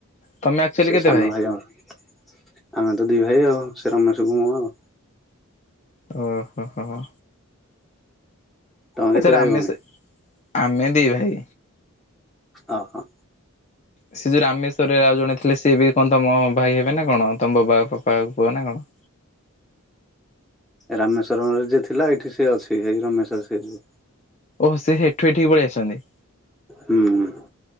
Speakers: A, on the left; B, in the centre.
A: ତମେ ଆକ୍ଚୁଆଲି
B: ସେ
A: କେତେ
B: ସାନ ଭାଇ ଜଣେ। ଆମେ ତ ଦି ଭାଇ ଆଉ। ସେ ରମେଶକୁ ମୁଁ ଆଉ।
A: ଓ ହୋ ହୋ ହୋ ହୋ।
B: ତମେ କେତେ
A: ଆଚ୍ଛା ରାମେଶ,
B: ଭାଇ ଭଉଣୀ?
A: ଆମେ ଦି ଭାଇ।
B: ଆ ହଁ।
A: ସେ ଯୋଉ ରାମେଶ୍ୱରରେ ଆଉ ଜଣେ ଥିଲେ ସିଏ ବି କଣ ତମ ଭାଇ ହେବେ ନା କଣ? ତମ ବବା ଫପା ବ ପୁଅ ନା କଣ?
B: ରାମେଶ୍ୱରମରେ ଯିଏଥିଲା ଏଇଠି ସିଏ ଅଛି। ହେଇ ରମେଶ୍ର ସେଏ ଯଉ।
A: ଓହ ସେ ହେଠୁ ଏଠିକି ପଳେଇ ଆସଛନ୍ତି।
B: ହୁଁ ହୁଁ।